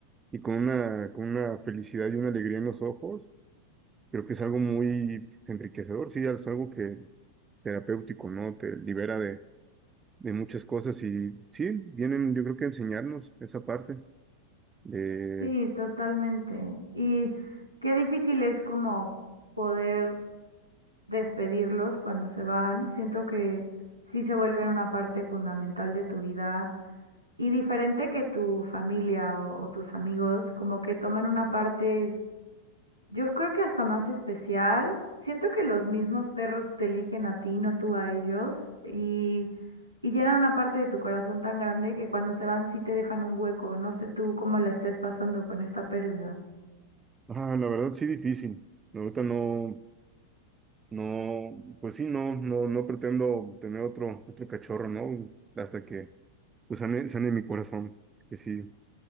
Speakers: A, on the right; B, on the right.
A: y, y con una, con una felicidad y una alegría en los ojos, creo que es algo muy enriquecedor, sí, es algo que terapéutico, ¿no? Te libera de, de muchas cosas y sí, vienen, yo creo que a enseñarnos esa parte de,
B: Sí, totalmente. Y qué difícil es como poder despedirlos cuando se van. Siento que sí se vuelven una parte fundamental de tu vida y diferente que tu familia o, o tus amigos, como que toman una parte, yo creo que hasta más especial. Siento que los mismos perros te eligen a ti, no tú a ellos, y, y llenan una parte de tu corazón tan grande que cuando se van sí te dejan un hueco. No sé tú cómo la estés pasando con esta pérdida.
A: ah, la verdad sí difícil. Ahorita no. No, pues sí, no, no, no pretendo tener otro, otro cachorro, ¿no? Hasta que pues sane, sane mi corazón, que sí,